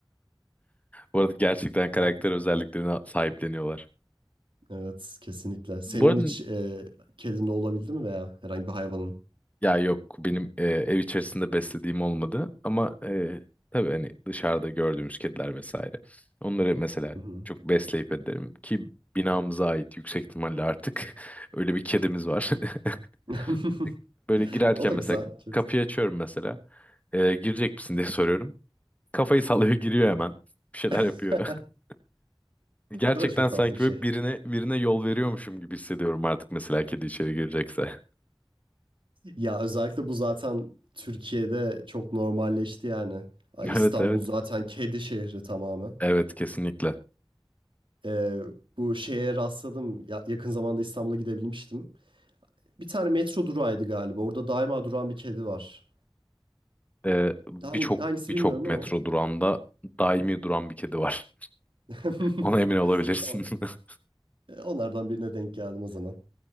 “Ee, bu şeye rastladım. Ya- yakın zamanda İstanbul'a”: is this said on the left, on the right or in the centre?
Right